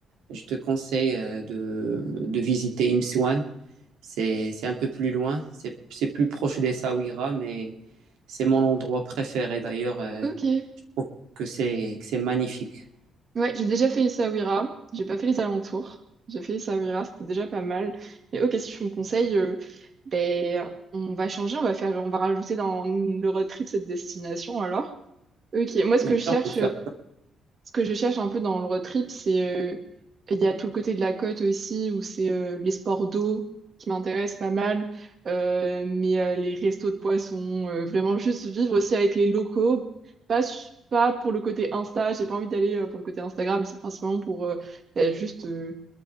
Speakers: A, on the right (about 85°); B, on the right (about 45°).
A: je te conseille euh, de, de visiter Imswan. C'est c'est un peu plus loin, c'est c'est plus proche des Saouira, mais c'est mon endroit préféré d'ailleurs. euh,
B: Ok,
A: je trouve que c'est que c'est magnifique.
B: ouais, j'ai déjà fait Essaouira, j'ai pas fait les alentours. J'ai fait Essaouira, c'était déjà pas mal. Mais ok, si tu me conseilles, euh, ben, on va changer, on va faire, on va rajouter dans le road trip cette destination alors. Ok, moi ce
A: On
B: que je cherche
A: peut
B: euh,
A: faire-
B: Ce que je cherche un peu dans le road trip, c'est euh, il y a tout le côté de la côte aussi où c'est euh, les sports d'eau qui m'intéressent pas mal, euh, mais euh, les restos de poissons, euh, vraiment juste vivre aussi avec les locaux, pas su- pas pour le côté Insta, j'ai pas envie d'aller euh, pour le côté Instagram, c'est principalement pour euh, bah, juste euh,